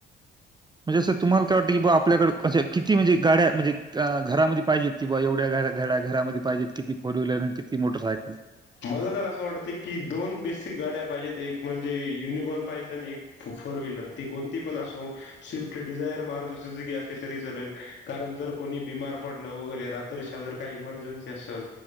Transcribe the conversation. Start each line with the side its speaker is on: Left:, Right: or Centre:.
Right: म्हणजे असं तुम्हाला काय वाटं कि बा, आपल्याडे क किती म्हणे गाड्या म्हणजे, घरामध्ये पाहिजेती किंवा एवढ्या गाड्या. घड्या घरामध्ये पाहिजेत किती फोर व्हीलर अन किती मोटरसायकल
Left: मला तर अस वाटत की दोन बेसिक गाड्या पाहिजेत. एक म्हणजे युनिकॉर्न पाहिजेत. आणि एक फोर व्हीलर, ती कोणती पण असो स्विफ्ट डिझायर, मारुती सुझुकी असली तरी चालेल. कारण जर कोणी बिमार पडल वगैरे रात तर शेजारी काही इमर्जन्सी असल,